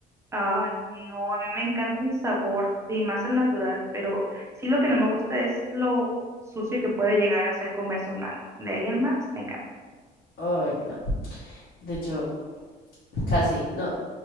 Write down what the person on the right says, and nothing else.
Ay, no, a mí me encanta el sabor y más el natural, pero sí lo que no me gusta es lo sucio que puede llegar a ser comerse el mango. De ahí en más, me encanta.